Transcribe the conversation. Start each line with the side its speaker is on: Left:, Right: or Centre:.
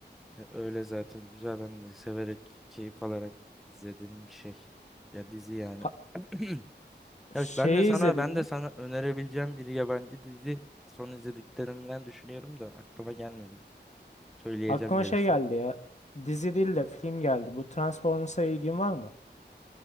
Centre: Ya Öyle zaten güzel ben de severek keyif alarak izlediğim bir şey. Ya dizi yani.
Left: Ha,
Centre: <clears throat> Ya
Left: şeyi
Centre: işte ben de sana
Left: izledin
Centre: ben de
Left: mi?
Centre: sana önerebileceğim bir yabancı dizi son izlediklerimden düşünüyorum da aklıma gelmedi. Söyleyeceğim
Left: Aklıma
Centre: gelirse.
Left: şey geldi ya. Dizi değil de film geldi. Bu Transformers'a ilgin var mı?